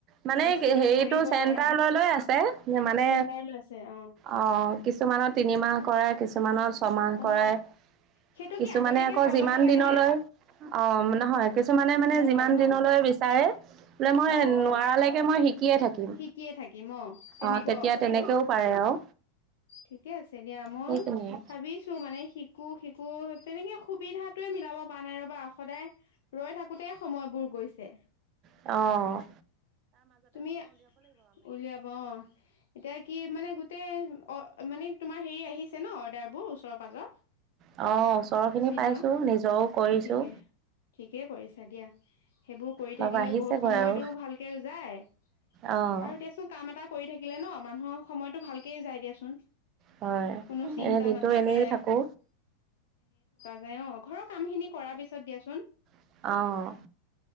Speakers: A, on the right; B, on the left.
A: মানে
B: স্পীডত
A: হেৰিতটো
B: কৰিব
A: চেণ্টাৰ
B: পাৰা
A: লৈ লৈ আছে মানে
B: চেণ্টাৰ লৈছে অ
A: অ', কিছুমানৰ তিনিমাহ। কৰাই কিছুমানৰ। ছমাহ
B: অ
A: কৰাই
B: সেইটো
A: কিছুমানে
B: কি আগতীয়াকে
A: আকৌ
B: কৈ
A: যিমান
B: ল'ব লাগে
A: দিনলৈ
B: নে
A: অ নহয়। কিছুমানে মানে
B: নালাগে
A: যিমান। কিমান
B: ন
A: দিনলৈ বিচাৰে? বোলে মই
B: অ
A: নোৱাৰালৈকে
B: অ
A: মই শিকি। শিকিয়েই থাকিম
B: শিকিয়ে থাকিম তেনেকুৱাও
A: অ তেতিয়া
B: আছে
A: তেনেকেও
B: আৰু
A: পাৰে আৰু।
B: ঠিকে আছে দিয়া মই
A: সেইখিনিয়ে
B: ভাবিছো মানে শিকো শিকো। তেনেকে সুবিধাটোৱে মিলাব পৰা নাই ৰ'বা সদায় ৰৈ থাকোতে সময়বোৰ গৈছে।
A: অঁ
B: তুমি উলিয়াব অ এতিয়া কি মানে গোটেই অ মানে তোমাৰ হেৰি আহিছে ছে ন অৰ্ডাৰবোৰ ওচৰৰ পাজৰ
A: অ', ওচৰৰখিনি
B: চিলোৱা
A: পাইছোঁ নিজৰও কৰিছোঁ
B: ঠিকে ঠিকেই কৰিছা দিয়া সেইবোৰ কৰি
A: অলপ
B: থাকিলেও
A: আহিছেগৈ
B: বহুত সময়তটো
A: আৰু।
B: ভাল যায়
A: অ',
B: আৰু দিয়াচোন কাম এটা কৰি থাকিলে ন মানুহৰ সময় টো ভালকেই যায় দিয়াচোন
A: হয়
B: কোনো চিন্তা
A: এনে দিনটো
B: নাথাকে
A: এনেই থাকো
B: অঁঅ ঘৰৰ কামখিনি কৰাৰ পিছত দিয়াচোন
A: অ',